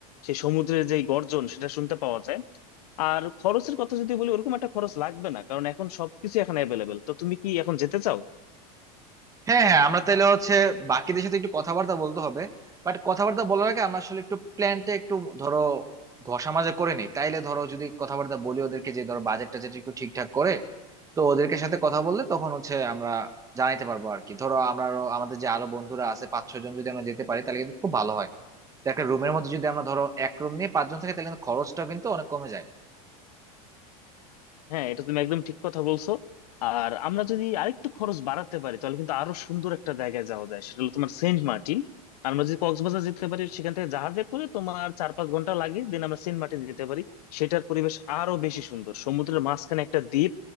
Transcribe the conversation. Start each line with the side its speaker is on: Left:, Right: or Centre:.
Left: সেই সমুদ্রের যে গর্জন সেটা শুনতে পাওয়া যায় আর খরচের কথা যদি বলি ওরকম একটা খরচ লাগবে না কারণ এখন সবকিছু এখন অ্যাভেলেবেল তো তুমি কি এখন যেতে চাও
Right: হ্যাঁ হ্যাঁ আমরা তাহলে হচ্ছে বাকিদের সাথে একটু কথাবার্তা বলতে হবে বাট কথাবার্তা বলার আগে আমরা আসলে একটু প্ল্যানটা একটু ধরো ঘষা মাজা করে নিই তাইলে ধরো যদি কথাবার্তা বলি ওদেরকে যে ধরো বাজেট টাজেট একটু ঠিকঠাক করে তো ওদেরকে সাথে কথা বললে তখন হচ্ছে আমরা জানাইতে পারবো আর কি ধরো আমরা আরো- আমাদের যে আরো বন্ধুরা আছে পাঁচ ছয় জন যদি আমরা যেতে পারি তাহলে কিন্তু খুব ভালো হয় তো একটা রুমের মধ্যে যদি আমরা ধরো এক রুম নিয়ে পাঁচজন থাকে তাহলে কিন্তু খরচটা কিন্তু অনেক কমে যায়
Left: হ্যাঁ এটা তুমি একদম ঠিক কথা বলছো আর আমরা যদি আরেকটু খরচ বাড়াতে পারি তাহলে কিন্তু আরো সুন্দর একটা জায়গায় যাওয়া যায় সেটা হলো তোমার সেন্ট মার্টিন আমরা যদি কক্সবাজার যেতে পারি সেখান থেকে জাহাজে করে তোমার চার পাঁচ ঘন্টা লাগে দেন আমরা সেন্ট মার্টিন যেতে পারি সেটার পরিবেশ আরো বেশি সুন্দর সমুদ্রের মাঝখানে একটা দ্বীপ